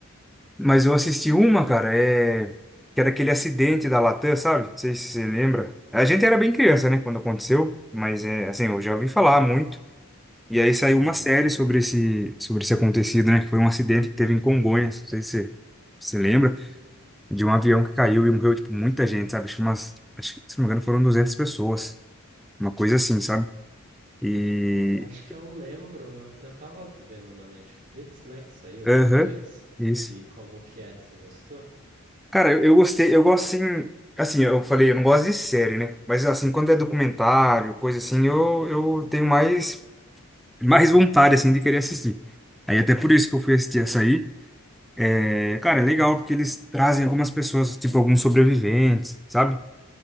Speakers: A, in the centre; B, on the right.
A: mas eu assisti uma, cara, é... que era aquele acidente da Latam, sabe? Não sei se você lembra. A gente era bem criança, né, quando aconteceu, mas é assim, eu já ouvi falar muito. E aí saiu
B: Aham.
A: uma série sobre esse, sobre esse acontecido, né? Que foi um acidente que teve em Congonhas, não sei se você se lembra. de um avião que caiu e morreu, tipo, muita gente, sabe? Acho que umas, acho que, se não me engano, foram 200 pessoas. Uma coisa assim, sabe? E...
B: Acho que eu lembro, eu, eu tava vendo na Netflix, né, que saiu
A: Aham,
B: esses dias.
A: isso.
B: E como que é? Você gostou?
A: Cara, eu, eu gostei, eu gosto, assim... Assim, eu falei, eu não gosto de série, né? Mas, assim, quando é documentário, coisa assim, eu, eu tenho mais, mais vontade, assim, de querer assistir. Aí, até por isso que eu fui assistir essa aí. É, cara, é legal, porque eles trazem algumas pessoas, tipo, alguns sobreviventes, sabe?